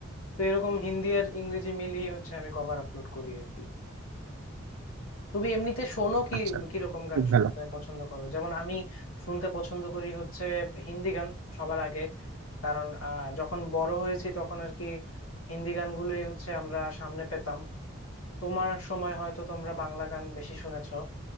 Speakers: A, on the left; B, on the right.
A: তো এরকম হিন্দি আর ইংরেজি মিলিয়ে হচ্ছে আমি কভার আপলোড করি আর কি তুমি এমনিতে শোনো কি
B: আচ্ছা
A: কিরকম গান
B: খুব
A: শুনতে
B: ভালো
A: পছন্দ করো যেমন আমি শুনতে পছন্দ করি হচ্ছে হিন্দি গান সবার আগে কারণ আহ, যখন বড় হয়েছি তখন আর কি হিন্দি গানগুলোই হচ্ছে আমরা সামনে পেতাম তোমার সময় হয়তো তোমরা বাংলা গান বেশি শুনেছো